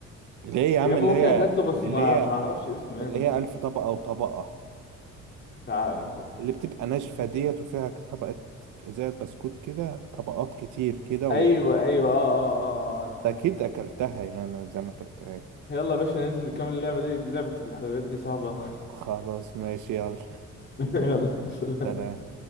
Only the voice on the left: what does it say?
يا اما
ممكن
اكلته بس
ما
ما اعرفش اسمه
يعني
مش عارف
ايوه ايوه اه اه اه آه، عرفتها
عرفتها
يلا يا باشا ننزل نكمل اللعبه دي لعبه الحلويات دي صعبه أوي.
<laughs> يلا سلام